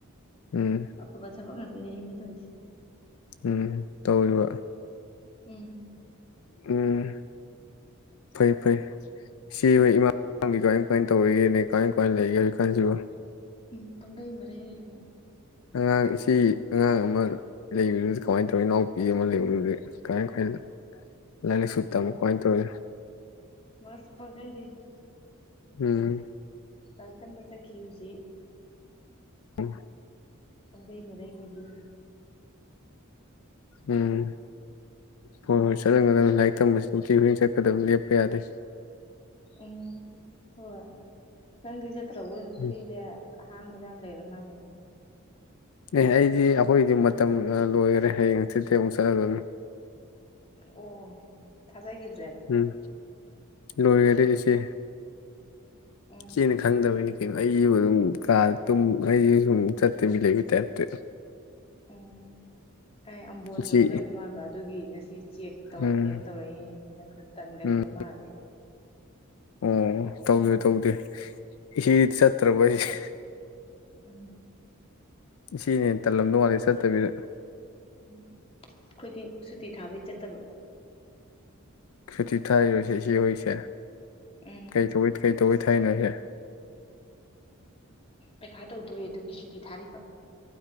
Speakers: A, on the left (about 75°); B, on the left (about 25°).
A: ꯎꯝ
B: ꯑꯐꯕꯥ ꯊꯥꯕꯛ ꯉꯥꯀ ꯗꯨꯅꯦ ꯑꯩꯅꯥ ꯇꯧꯏꯁꯦ
A: ꯎꯝ ꯇꯧꯔꯤꯕ
B: ꯎꯝ
A: ꯎꯝ ꯐꯩ ꯐꯩ ꯁꯤ ꯍꯣꯏ ꯏꯃꯥꯒꯤ ꯀꯃꯥꯏ ꯀꯃꯥꯏꯅ ꯇꯧꯔꯤꯒꯦꯅꯦ ꯀꯃꯥꯏ ꯀꯃꯥꯏꯅ ꯂꯩꯒꯦ ꯍꯧꯖꯤ ꯀꯥꯟꯁꯤꯕ
B: ꯎꯝ ꯄꯡꯂꯩ ꯃꯔꯩ ꯔꯤꯃꯣꯏ
A: ꯑꯉꯥꯡ ꯏꯆꯦ ꯑꯉꯥꯡ ꯑꯃ ꯂꯩꯕꯗꯨꯗ ꯀꯃꯥꯏꯅ ꯇꯧꯔꯤ ꯏꯅꯥꯎꯄꯤ ꯑꯃ ꯂꯩꯕꯗꯨꯗꯤ ꯀꯃꯥꯏ ꯀꯃꯥꯏꯅ ꯂꯥꯏꯔꯤꯛ ꯂꯥꯏꯁꯨ
B: ꯎꯝ
A: ꯇꯝꯕ
B: ꯃꯁꯦ
A: ꯀꯃꯥꯏꯅ ꯇꯧꯔꯤ
B: ꯃꯁꯦ ꯄꯡꯂꯩ ꯂꯩꯔꯤ
A: ꯎꯝ
B: ꯂꯥꯏꯔꯤꯛ ꯇꯝꯕ ꯆꯠꯈꯤ ꯍꯧꯖꯤꯛ
A: ꯎꯝ
B: ꯄꯡꯂꯩ ꯃꯔꯩ ꯃꯔꯤ
A: ꯎꯝ ꯍꯣꯏ ꯍꯣꯏ ꯁꯔꯣꯏ ꯉꯔꯣꯏ ꯂꯥꯏꯔꯤꯛ ꯇꯝꯕꯁꯤꯕꯨꯗꯤ ꯅꯨꯡꯇꯤ ꯈꯨꯗꯤꯡ ꯆꯠꯀꯗꯕ ꯂꯦꯞꯄ ꯌꯥꯗꯦ
B: ꯎꯝ ꯍꯣꯏ ꯅꯥꯡꯗꯤ ꯆꯠꯇꯔ꯭ꯕꯣ ꯑꯗꯨꯝ
A: ꯎꯝ
B: ꯐ꯭ꯔꯤꯅꯦ ꯑꯍꯥꯡꯕꯗ ꯌꯥꯝ ꯂꯩꯔꯝ ꯃꯥꯥꯡꯉꯦꯅ
A: ꯑꯦ ꯑꯩꯗꯤ ꯑꯩꯈꯣꯏꯒꯤꯗꯤ ꯃꯇꯝ ꯂꯣꯏꯈꯔꯦ ꯍꯌꯦꯡ ꯍꯪꯁꯤꯠꯇꯩ ꯑꯃꯨꯛ ꯆꯠꯂꯗꯣꯏꯅꯤ
B: ꯑꯣ ꯊꯥꯖꯥꯒꯤꯗꯔ꯭ꯦ
A: ꯎꯝ ꯂꯣꯏꯔꯗꯤ ꯏꯆꯦ
B: ꯎꯝ
A: ꯆꯦꯅ ꯈꯪꯗꯕꯩꯅꯦ ꯑꯩꯒꯤꯕꯨ ꯑꯗꯨꯝ ꯀꯥꯗ ꯇꯨꯃ ꯑꯩꯒꯤ ꯁꯨꯝ ꯆꯠꯇꯕꯤ ꯂꯩꯕꯩ ꯇꯥꯏꯞꯇꯥ
B: ꯎꯝ ꯑꯦ ꯑꯝꯕꯣꯟꯆꯨꯔꯥ
A: ꯏꯆꯦ
B: ꯂꯩꯕ ꯃꯥꯟꯕ ꯑꯗꯨꯒꯤ ꯉꯁꯤ ꯆꯦꯛ ꯇꯧꯔꯛꯀꯦꯅ
A: ꯎꯝ
B: ꯇꯧꯔꯛꯏ ꯅꯪ ꯈꯔ ꯇꯟꯒꯟꯕ
A: ꯎꯝ
B: ꯃꯥꯜꯂꯦ
A: ꯑꯣ ꯇꯧꯗꯦ ꯇꯧꯗꯦ ꯏꯆꯦ ꯆꯠꯇ꯭ꯔꯕ ꯑꯩꯁꯦ
B: ꯎꯝ
A: ꯏꯆꯦꯅꯦꯅꯥ ꯇꯜꯂꯝꯗꯧ ꯃꯥꯂꯤ ꯆꯠꯇꯕꯤꯗ
B: ꯎꯝ ꯑꯩꯈꯣꯏꯗꯤ ꯁꯨꯇꯤ ꯊꯥꯕꯩ ꯆꯠꯇꯕ
A: ꯁꯨꯇꯤ ꯊꯥꯏꯔꯤꯔꯣꯁꯦ ꯏꯆꯦ ꯍꯣꯏꯁꯦ
B: ꯎꯝ
A: ꯀꯩꯊꯣꯡꯕꯩ ꯐꯦꯠ ꯇꯧꯕꯩ ꯊꯥꯏꯅꯣ ꯍꯥꯏꯁꯦ
B: ꯄꯩꯈꯥ ꯇꯧꯗꯣꯔꯦ ꯑꯗꯨꯒꯤ ꯁꯨꯇꯤ ꯊꯥꯔꯤꯕ